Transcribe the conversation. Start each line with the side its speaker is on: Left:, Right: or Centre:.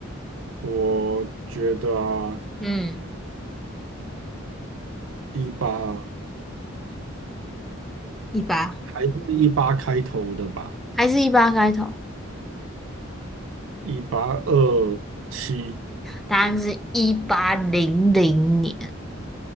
Right: 我觉得啊，
Centre: 嗯，
Right: 一八
Centre: 一八，
Right: 还是一八开头的吧，
Centre: 还是一八开头？
Right: 一八二七，
Centre: 答案是一八零零年。